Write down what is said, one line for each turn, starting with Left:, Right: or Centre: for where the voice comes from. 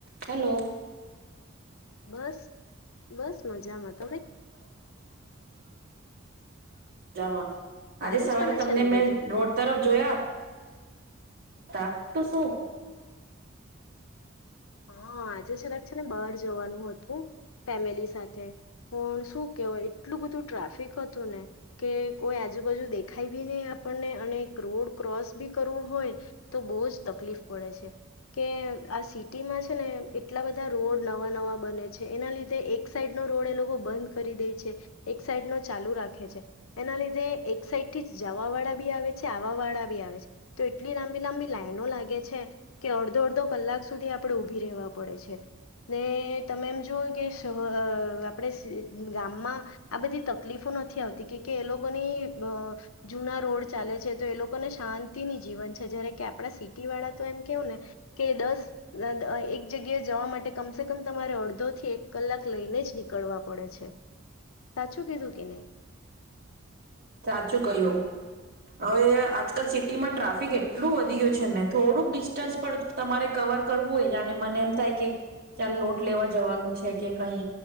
Right: Hello.
Left: બસ બસ મજામાંતી.
Right: બસ <unintelligible> જમાં. આજે
Left: સારું
Right: સવારે
Left: ચાલે
Right: તમને
Left: છે ને
Right: મેં
Left: બધું
Right: રોડ તરફ જોયા. રા, તું શું
Left: હા આજે છેલાક છે ને બહાર જવાનું હતું, ફેમિલી સાથે, પણ શું કેવાય એટલું બધું ટ્રાફિક હતું ને, કે કોઈ આજુબાજુ દેખાય બી નહી આપણને અને રોડ ક્રોસ બી કરવો હોય, તો બહુ જ તકલીફ પડે છે, કે આ સીટ છે ને એટલા બધા રોડ નવા નવા બને છે એના લીધે એક સાઈડ નો રોડ એ લોકો બંધ કરી દે છે, એક સાઈડ નો ચાલુ રાખે છે, એના લીધે એક સાઈડ થી જ જવા વાળા બી આવે છે આવા વાળા બી આવે છે, તો એટલી લાંબી લાંબી લાઈનો લાગે છે કે અડધો અડધો કલાક આપણે ઉભી રહેવા પડે છે, ને તમે એમ જુઓ કે આપણે ગામમાં, આ બધી તકલીફો નથી આવતી કે એ લોકોની જૂના રોડ ચાલે છે તો એ લોકોને શાંતિની જીવન છે જ્યારે કે આપણા સિટી વાળા તો એમ કેવું ને, કે એક જગ્યાએ જવા માટે કમસે કમ તમારે અડધો થી એક કલાક લઈને જ નીકળવા પડે છે, સાચું કીધું કે નહી.
Right: સાચું કહ્યું. હવે આજકાલ સિટી માં ટ્રાફિક એટલું વધી ગયું છે ને. થોડુંક ડિસ્ટન્સ પણ તમારે કવર કરવું હોય જાણે મને એમ થાય, કે ચાલ લોટ લેવા જવાનું છે કે કઈ